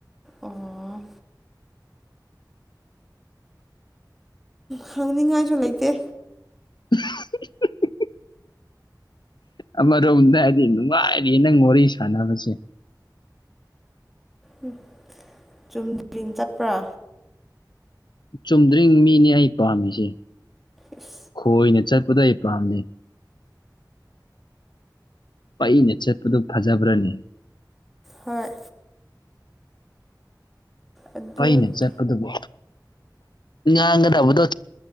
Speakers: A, in the centre; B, on the left.
A: ꯑꯣ ꯍꯪꯅꯤꯡꯉꯥꯏꯁꯨ ꯂꯩꯇꯦ
B: <unintelligible> ꯑꯃꯔꯣꯝꯗ ꯍꯥꯏꯗꯤ ꯅꯨꯡꯉꯥꯏꯔꯤ ꯅꯪ ꯋꯥꯔꯤ ꯁꯥꯟꯅꯕꯁꯦ
A: ꯎꯝ ꯆꯨꯝꯗꯤꯡ ꯆꯠꯄ꯭ꯔꯥ
B: ꯆꯨꯝꯗ꯭ꯔꯤꯉ ꯃꯤꯅꯤ ꯑꯩ ꯄꯥꯝꯃꯤꯁꯦ
A: ꯏꯁ
B: ꯈꯣꯏꯅ ꯆꯠꯄꯗ ꯑꯩ ꯄꯥꯝꯗ ꯄꯩꯅ ꯆꯠꯄꯗꫭ ꯐꯖꯕ꯭ꯔꯅꯤ
A: ꯍꯣꯏ ꯑꯗꯨꯗꯤ
B: ꯄꯩꯅ ꯆꯠꯄꯗꯨꯕꯨ ꯉꯥꯡꯒꯗꯕꯗꯣ